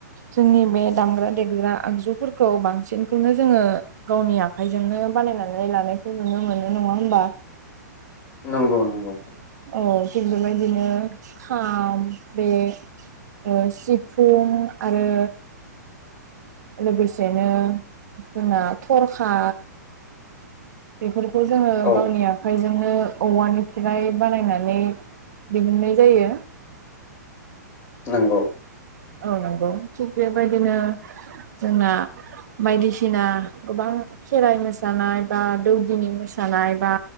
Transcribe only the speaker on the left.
नंगौ नंगौ
औ
नोंगौ